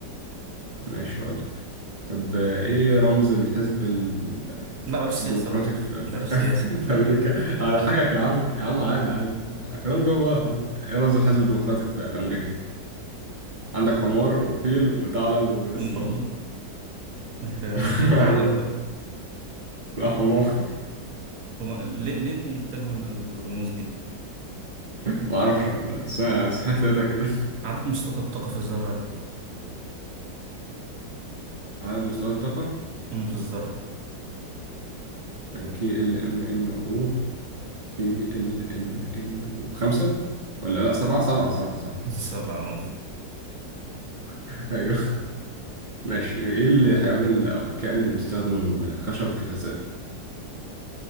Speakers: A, on the right (about 40°); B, on the right (about 55°).
A: ماشي هقول لك طب آه، ايه رمز الحزب ال-
B: لا بلاش سياسة
A: الديمقراطي
B: بقى
A: في في,
B: بلاش سياسة
A: <laughs> في امريكا على حاجة يا عم يا عم عادي عادي كلام جواب واحد ايه رمز الحزب الديمقراطي في, في امريكا عندك حمار وفيل وثعلب ويسرى
B: <laughs> برضو ممكن
A: <laughs>
B: ثعلب
A: ايوه
B: بقى
A: لا حمار <laughs>
B: هو ليه ليه بيتجهوا للرموز دي؟
A: ما اعرفش والله بس انا صحيت لقيتها كده <laughs>
B: عدد مستويات الطاقة في الذرة قد إيه؟
A: عدد مستويات الطاقة
B: مم، في الذرة
A: كي ال ام ان او كي ال ام ان او خمسة ولا لا سبعة سبعة سبعة سبعة
B: <laughs> سبعة أه
A: <laughs> ايوه ماشي ايه الحيوان اللي او الكائن اللي بيستخدم الخشب كغذاء؟